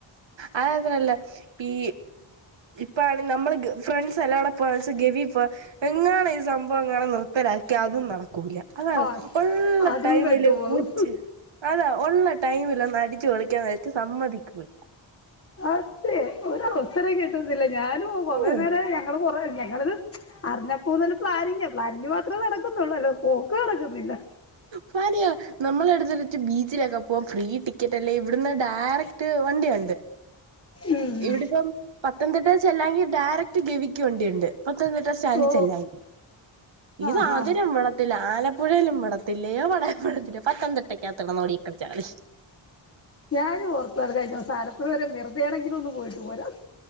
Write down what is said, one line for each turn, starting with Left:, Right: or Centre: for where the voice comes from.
Right: അതാത്രല്ല ഈ ഇപ്പഴാണെ നമ്മള് ഗ ഫ്രണ്ട്സെല്ലാടെ ഇപ്പാശം ഗവി പ്പോ എങ്ങാണ് ഈ സംഭവങ്ങാനും നിർത്തലാക്കിയ അതും നട ക്കൂല അതാണ്
Left: ഹാ
Right: ഒള്ള
Left: അതും
Right: ടൈമില്
Left: പെട്ടുപോകും
Right: ഊറ്റ്അ. അല്ല ഒള്ള ടൈമിലൊന്ന് അടിച്ച്പൊളിക്കാന്ന് വെച്ച സമ്മതിക്കൂല്ല.
Left: അതെ ഒര് അവസരം കിട്ടത്തില്ല ഞാനും കൊറേനേരായി
Right: ഉം
Left: ഞങ്ങള് കൊറേ ഞങ്ങള്ത് അറ്ഞ്ഞപ്പോ മുതല് പ്ലാനിങ്ങാ പ്ലാനിങ്ങ് മാത്രമേ നടക്ക്‌ന്നൊള്ളൂ അല്ലാതെ പോക്ക് നടക്ക്‌ന്നില്ല.
Right: ഫാനിയൊ നമ്മളെടുത്തിട്ടച്ച് ബീച്ചിലൊക്കെ പോവം ഫ്രീ ടിക്കറ്റ് അല്ലേ ഇവ്ട്‌ന്ന് ഡാറക്റ്റ് വണ്ടിയൊണ്ട്.
Left: ഉം
Right: ഇവ്ടിപ്പം പത്തനംതിട്ടെ ചെല്ലാെവെങ്കി ഡയറക്ട് ഗവിക്ക്‌ വണ്ടിയൊണ്ട്. പത്തനംതിട്ട സ്റ്റാന്റിചെല്ലാങ്കി
Left: ഓ
Right: ഇത്
Left: ആഹ്
Right: അതിനും
Left: ആഹ്
Right: വിടത്തില്ല ആല പുഴെലും വിടത്തില്ല. എവ്ടെം വിടത്തില്ല. പത്തനതിട്ടക്കാത്ത് കെടന്ന് ഓടിക്കളിച്ചാമതി.
Left: ഞാനും ഓർത്തതാണ് കഴ്ഞ്ഞസം ആലപ്പുഴ വരെ വെറ്തെയാണെങ്കിലും ഒന്ന് പോയിട്ട് പോരാംന്ന്.